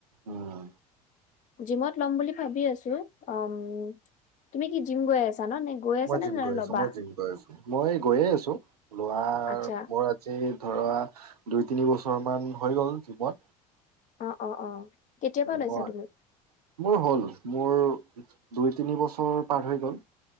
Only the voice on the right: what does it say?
অহ
মই
জিম
গৈ
আছো, মই জিম গৈ আছো। মই গৈয়ে আছো লোৱাৰ
মোৰ আজি ধ ৱা দুই, তিনি বছৰ মান হৈ গ'ল জিমত।
মই
মোৰ হ'ল। মোৰ দুই, তিনি বছৰ পাৰ হৈ গ'ল।